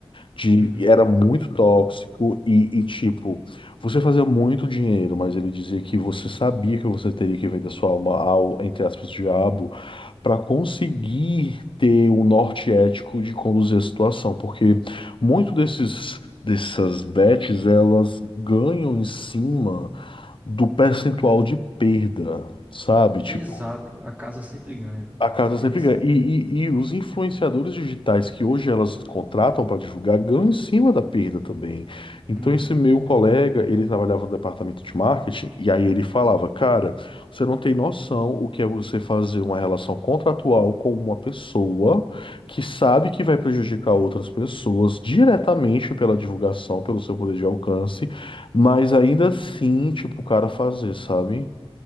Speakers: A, on the left; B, on the right.
A: de-
B: Uhum.
A: era muito tóxico e, e, tipo, você fazia muito dinheiro, mas ele dizia que você sabia que você teria que vender sua alma ao, entre aspas, diabo, para conseguir ter o norte ético de conduzir a situação, porque muito desses dessas bets, elas ganham em cima do percentual de perda, sabe? Tipo,
B: Exato, a casa sempre ganha, velho.
A: a casa
B: É
A: sempre
B: isso.
A: ganha. E, e- e os influenciadores digitais que hoje elas contratam para divulgar ganham em cima da perda também. Então,
B: Uhum.
A: esse meu colega, ele trabalhava no departamento de marketing, e aí ele falava: Cara, você não tem noção o que é você fazer uma relação contratual com uma pessoa que sabe que vai prejudicar outras pessoas diretamente pela divulgação, pelo seu poder de alcance, mas ainda assim, tipo, o cara fazer, sabe?